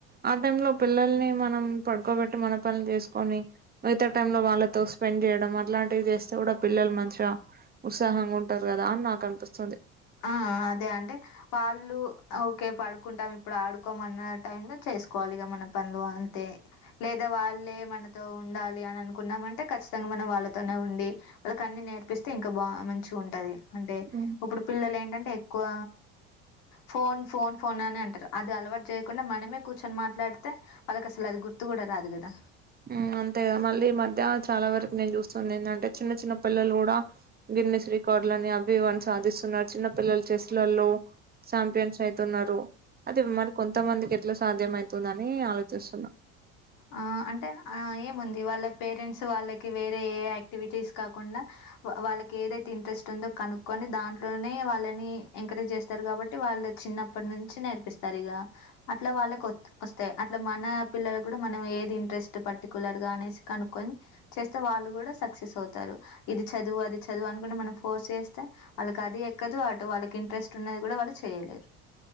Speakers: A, on the right; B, on the left.
A: ఆ టైమ్ లో పిల్లల్ని మనం పడుకోబెట్టి మన పనిలు చేసుకొని మిగతా టైం లో వాళ్ళతో స్పెండ్ చేయడం అట్లాంటివి చేస్తే కూడా పిల్లలు మంచిగా ఉత్సాహంగా ఉంటారు కదా అని నాకు అనిపిస్తుంది
B: ఆ అదే అంటే వాళ్ళు ఓకే పడుకుంటాం ఇప్పుడు ఆడుకోమన్న టైమ్ లో తెలుసుకోవాలి గా మన పనులు అంతే లేదా వాళ్ళే మన ఉండాలి అని అనుకున్నామ అంటే ఖచ్చితంగా మనం వాళ్ళతోనే ఉండి వాళ్లకి అన్ని నేర్పిస్తే ఇంకా బాగా మంచి ఉంటది అంటే
A: ఉమ్
B: ఇప్పుడు పిల్లలు ఏంటంటే ఎక్కువ ఫోన్ ఫోన్ ఫోన్ అని అంటారు అది అలవాటు చేయకుండా మనమే కూర్చొని మాట్లాడితే వాళ్ళకి అసలు అది గుర్తు కూడా రాదు కదా
A: ఆ అంతే కదా మళ్ళీ ఈ మధ్య చాలా వరకు నేను చూస్తుంది ఏందంటే చిన్న చిన్న పిల్లలు కూడా గిన్నీస్ రికార్డ్ పర్లని అవి ఇవని సాధిస్తున్నారు చిన్న పిల్లలు చేస్లలో చాంపియన్స్ అయితున్నారు అదే మరి కొంతమందికి ఎట్లా సాధ్యం అవుతుందని ఆలోచిస్తున్నా
B: ఆ అంటే ఆ ఏముంది వాళ్ళ పేరెంట్స్ వాళ్ళకి వేరే ఎ యాక్టివిటీస్ కాకుండా వాళ్ళకి ఏదైతే ఇంట్రెస్ట్ ఉందో కనుక్కొని దాంట్లోనే వాళ్ళని ఎంకరేజ్ చేస్తారు కాబట్టి వా ళ్ళ చిన్నప్పటి నుంచి నేర్పిస్తారు ఇగ అట్లా వాళ్ళకు వస్తాయి అట్లా మన పిల్ల కూడా మనం ఏది ఇంట్రెస్ట్ పర్టికులర్ గా అనేసి కనుక్కొని చేస్తే వాళ్ళు కూడా సక్సెస్ అవుతారు ఇది చదువు అది చదువు అనుకుంటే మనం ఫోర్స్ చేస్తే వాళ్ళకి అది ఎక్కదు అటు వాళ్ళకి ఇంట్రెస్ట్ ఉన్నది కూడా వాళ్ళు చేయలేరు